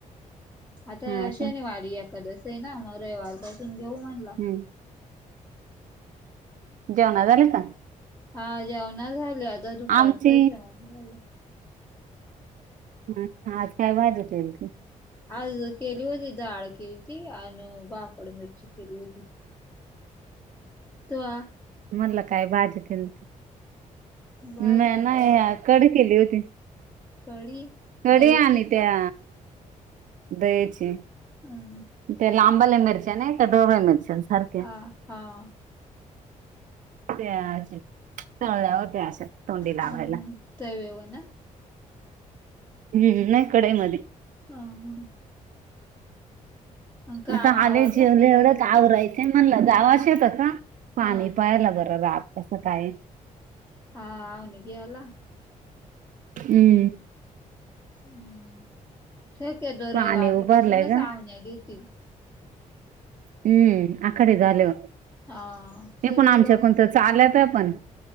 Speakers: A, on the left; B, on the right.
A: आता
B: हा
A: शनिवारी
B: का
A: एकादशी आहे ना, मग रविवारपासून घेऊ म्हणला.
B: हम्म जेवणा झाले का?
A: हा जेवणा झाले, आता दुपारचं
B: आमची
A: जेवण झालं.
B: हं, आज काय भाजी केलती?
A: आज केली होती डाळ केलती आन भाकड मिर्ची केली होती. त्वा.
B: मला काय भाजी केलती?
A: भाजी
B: नाय नाय कढी केली होती.
A: कडी
B: कडी
A: दह्याची
B: आणि त्या
A: का
B: दह्याची.
A: अं
B: त्या लांबल्या मिरच्या नाही का ढोबळ्या मिरच्यान सारख्या.
A: आं, हां.
B: त्या तळल्या होत्या अशा तोंडी लावायला.
A: हम्म तव्यावर ना?
B: हम्म, नाही कढईमध्ये.
A: हां हां. काम
B: आता
A: आवरला
B: आले जेवले
A: का घरातलं
B: एवढ्यात आवरय ते म्हणलं जावावं शेतात का, पाणी
A: हा
B: पाहायला बरं रात तसं काय.
A: <unintelligible>
B: हम्म.
A: हम्म शक्यतो
B: पाणी
A: रविवार
B: उभारलंय
A: पाासूनच
B: का
A: आवण्या घेतील.
B: हम्म आखाडी झाले वर
A: हा सगळी
B: पण आमच्या
A: लोक
B: कोणच चालत आहे पण